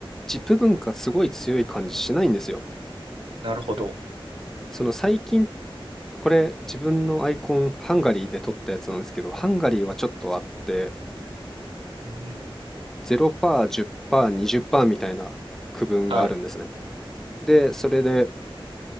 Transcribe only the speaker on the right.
なるほど。
うん。
はい。